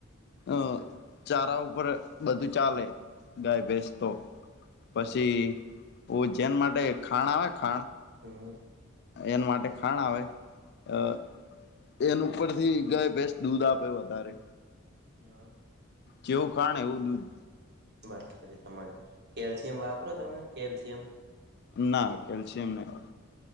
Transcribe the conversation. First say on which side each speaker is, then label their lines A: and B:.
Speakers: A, on the left (about 55°); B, on the right (about 55°).
A: અ ચારા ઉપર બધું ચાલે ગાય ભેસતો પછી
B: દર
A: ઓ જેન માટે ખાણ આવે ખાણ
B: હમ્મ
A: એના માટે ખાણ આવે અ એન ઉપર થી ગાય બેસ દૂધ આપે વધારે
B: ન્યુયોર્ક
A: જેવું ખાણ એવું દૂધ
B: બસ પછી તમારી કેલ્શિયમ વાપરો તમે કેલ્શિયમ
A: ના કેલ્શિયમ નહી